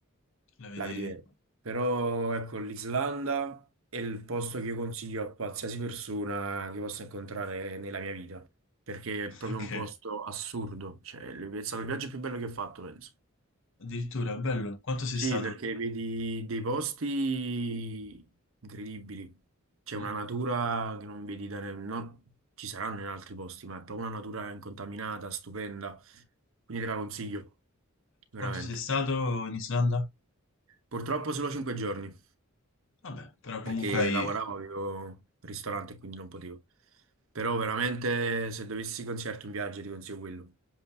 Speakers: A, on the left; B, on the right.
A: La vedevi.
B: la vedi vera. Però ecco, l'Islanda è il posto
A: Mhm.
B: che io consiglio a qualsiasi persona che possa incontrare nella mia vita, perché è proprio
A: Ok,
B: un posto assurdo, cioè è stato il viaggio più bello che ho fatto, penso.
A: addirittura, bello. Quanto sei
B: Sì,
A: stato?
B: perché vedi dei posti incredibili, c'è
A: Mm.
B: una natura che non vedi da... ne- non- Ci saranno in altri posti, ma è proprio una natura incontaminata, stupenda, quindi te la consiglio, veramente.
A: Quanto sei stato in Islanda?
B: Purtroppo solo 5 giorni.
A: Vabbè, però
B: perché
A: comunque hai...
B: lavoravo, avevo un ristorante, quindi non potevo. Però veramente se dovessi consigliarti un viaggio ti consiglio quello.